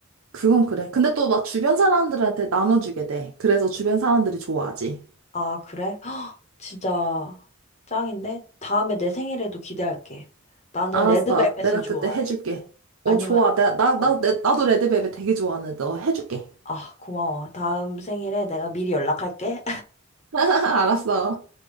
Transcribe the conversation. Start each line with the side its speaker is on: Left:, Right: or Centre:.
Right: 그건 그래. 근데 또 막 주변 사람들한테 나눠주게 돼. 그래서 주변 사람들이 좋아하지.
Left: 아, 그래? <gasps> 진짜 짱인데? 다음에 내 생일에도 기대할게. 나는
Right: 알았어.
Left: 레드벨벳을
Right: 내가
Left: 좋아해.
Right: 그때 해줄게.
Left: 아니면,
Right: 어, 좋아. 나, 나, 나,
Left: 어,
Right: 나- 나도 레드벨벳 되게 좋아하는데 너 해줄게.
Left: 아, 고마워. 다음 생일에 내가 미리 연락할게.
Right: <laughs> 알았어.